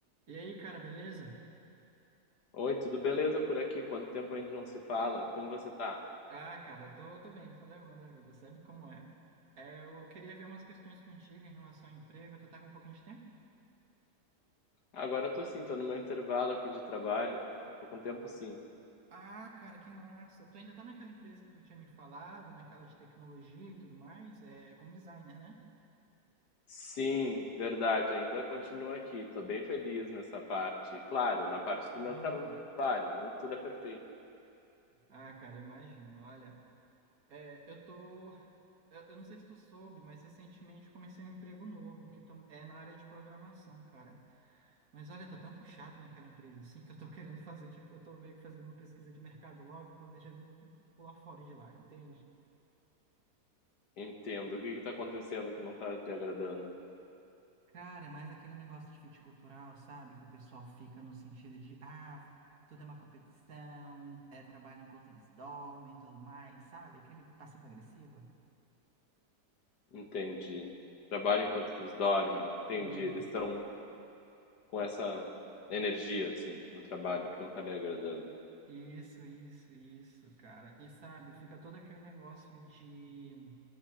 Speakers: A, on the right; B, on the left.
A: E aí, cara, beleza?
B: Oi, tudo beleza por aqui? Quanto tempo a gente não se fala? Como você tá?
A: Ah, cara, tô, tô bem, tô levando a vida, sabe como é? É, eu queria ver umas questões contigo em relação ao emprego, tu tá com um pouquinho de tempo?
B: Agora eu tô sim, tô no meu intervalo aqui de trabalho. Tô com tempo sim.
A: Ah, cara, que massa! Tu ainda tá naquela empresa que tu tinha me falado, naquela de tecnologia e tudo mais, é, como designer, né?
B: Sim, verdade, ainda continuo aqui. Tô bem feliz nessa parte. Claro, na parte do meu
A: Aham.
B: trabalho, nem tudo é perfeito.
A: Ah, cara, eu imagino, olha. É, eu tô. Eu, eu não sei se tu soube, mas recentemente eu comecei um emprego novo, que tô- é na área de programação, cara. Mas olha, tá tão puxado naquela empresa assim <laughs> que eu tô querendo fazer, tipo, eu tô meio que fazendo uma pesquisa de mercado logo, planejando em pular fora de lá, entende?
B: Entendo. O que que tá acontecendo que não tá te agradando?
A: Cara, é mais aquele negócio de fit cultural, sabe? Que o pessoal fica no sentido de, ah, tudo é uma competição, é trabalho enquanto eles dormem e tudo mais, sabe? Aquele passivo-agressivo.
B: Entendi. Trabalho enquanto eles dormem. Entendi.
A: Isso,
B: Eles estão com essa energia, assim, no trabalho que não tá lhe agradando.
A: isso, isso, isso, cara. E sabe, fica todo aquele negócio de,